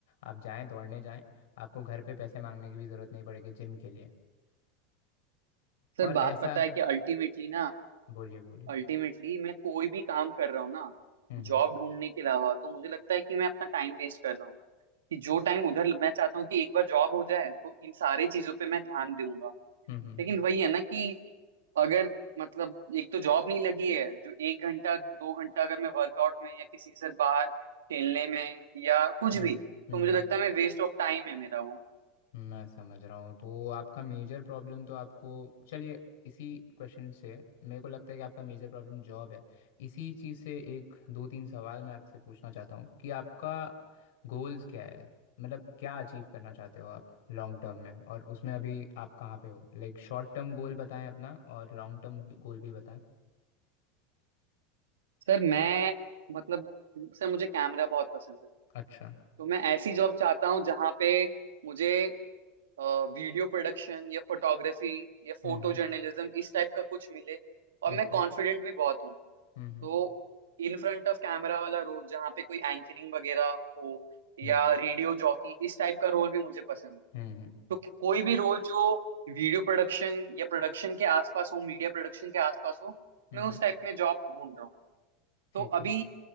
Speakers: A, on the left; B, on the right.
A: आप जाएं दौड़ने जाएं आपको घर पे पैसे मांगने की भी ज़रूरत नहीं पड़ेगी जिम के लिए
B: हूँ
A: और
B: सर बात
A: ऐसा
B: पता है कि अल्टीमेटली ना
A: बोलिए बोलिए
B: अल्टीमेटली मैं कोई भी काम कर रहा हूँ ना
A: हम्म
B: जॉब ढूंढने के अलावा तो मुझे लगता है कि मैं अपना टाइम वेस्ट कर रहा हूँ कि जो टाइम उधर मैं चाहता हूँ कि एक बार जॉब हो जाए तो इन सारी चीजों पे मैं ध्यान दूंगा
A: हम्म हम्म
B: लेकिन वही है ना कि अगर मतलब एक तो जॉब नहीं लगी है जो एक घंटा दो घंटा अगर मैं वर्कआउट में या किसी के साथ बाहर खेलने में या कुछ
A: हम्म
B: भी
A: हम्म
B: तो मुझे
A: हम्म
B: लगता है मैं वेस्ट ऑफ टाइम है मेरा वो
A: मैं समझ रहा हूँ तो आपका मेजर प्रॉब्लम तो आपको चलिए इसी क्वेश्चन से मेरे को लगता है कि आपका मेजर प्रॉब्लम जॉब है इसी चीज़ से एक दो तीन सवाल मैं आपसे पूछना चाहता हूँ कि आपका गोल्स क्या है मतलब क्या अचीव करना चाहते हो आप लॉन्ग टर्म में और उसमें अभी आप कहाँ पे हो लाइक शॉर्ट टर्म गोल बताएं अपना और लॉन्ग टर्म गोल भी बताएं
B: सर मैं मतलब सर मुझे कैमरा बहुत पसंद है
A: अच्छा
B: तो मैं ऐसी जॉब चाहता हूँ जहाँ पे मुझे वीडियो प्रोडक्शन या फोटोग्राफी या फोटो
A: हम्म
B: जर्नलिज्म इस टाइप का कुछ मिले और
A: ओके
B: मैं कॉन्फिडेंट भी बहुत हूँ
A: हम्म हम्म
B: तो इन फ्रंट ऑफ कैमरा वाला रोल जहाँ पे कोई एंकरिंग वगैरह हो या
A: हम्म
B: रेडियो जॉकी इस टाइप का रोल भी मुझे पसंद है
A: हम्म हम्म
B: तो कि- कोई भी रोल जो वीडियो प्रोडक्शन या प्रोडक्शन के आसपास हो मीडिया प्रोडक्शन के आसपास हो
A: हम्म,
B: मैं
A: हम्म,
B: उस टाइप में जॉब ढूंढ रहा हूँ
A: ठीक
B: तो अभी
A: है